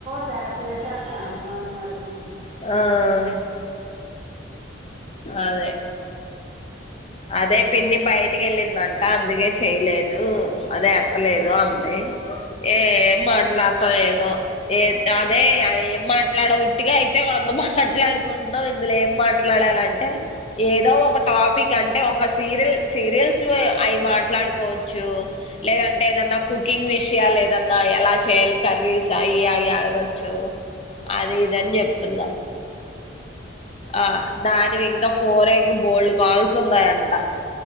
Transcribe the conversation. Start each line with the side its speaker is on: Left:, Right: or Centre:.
Right: తెగ చేసేస్తున్నాడు ఫోన్లు మరి అ
Left: ఆ ఆ అదే అదే పిన్ని బయటికి ఎళ్ళిందంట అందుకే చెయలేదు అదే ఎత్తలేదు అంది ఏం మాట్లాడు మత్తం ఏమో ఏద్ ఏ అదే ఏం మాట్లాడఊది ఇటగ అయితే వంద మాట్లాడుకుంటున్నాం ఇందులో ఏం మాట్లాడాలంటే ఏదో ఒక టాపిక్ అంటే ఒక ఒక సీరియల్ సీరియల్స్ అవి మాట్లాడుకోవచ్చు లేదంటే ఏదన్నా కుకింగ్ విష ద ఏదన్న ఎలా చేయాలి కర్రీస్ అయీ అయి అడగచ్చు అది ఇదని చెప్తున్నా ఆ దానివి ఇంకా ఫోరే ఇంకా బోల్డ్ కాల్స్ ఉన్నాయంట.